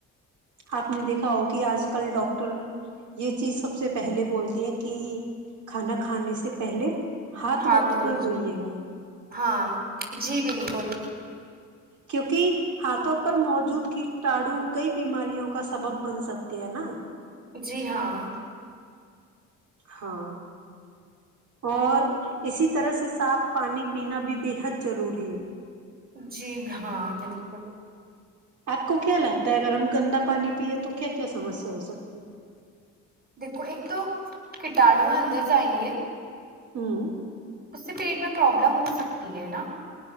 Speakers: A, on the right; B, on the right.
A: آپ نے دیکھا ہو کہ آج کل ڈاکاکٹر یہ چیز سب سے پہلے بولتی ہے کہ کھانا کھانے سے پہلے ہاتھ
B: ہاں
A: وقت
B: دنی
A: پر دھوئیے گا
B: ہاں جی بالکل کل
A: کیونکہ ہاتھوں پر موجود کیٹاڑو کئی بیماریوں کا سبب بن سکتے ہے نا
B: جی ہاں
A: ہاں اور اسی طرح سے صاف پانی پینا بھی بےحد ضروری ہے
B: جی ہاں بالکل
A: آپ کو کیا لگتا ہے اگر ہم گندا پانی پیے تو کیا کیا سمسیا ہو سکتی
B: دیکھو ایک تو کٹاڑو اندر جائیں گے
A: ہاں
B: اس سے پیٹ میں پرابلم ہو سکتی ہے نا